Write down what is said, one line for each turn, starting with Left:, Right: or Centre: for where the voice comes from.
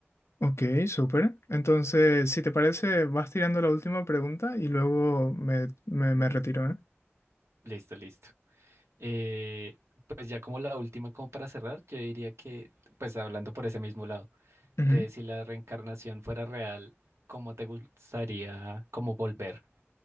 Left: Ok, súper. Entonces, si te parece, vas tirando la última pregunta y luego me, me- me retiro, ¿eh?
Right: Listo, listo. Eh, pues ya como la última, como para cerrar, yo diría que, pues hablando por ese mismo lado,
Left: Ujú.
Right: de si la reencarnación fuera real, ¿cómo te gustaría como volver?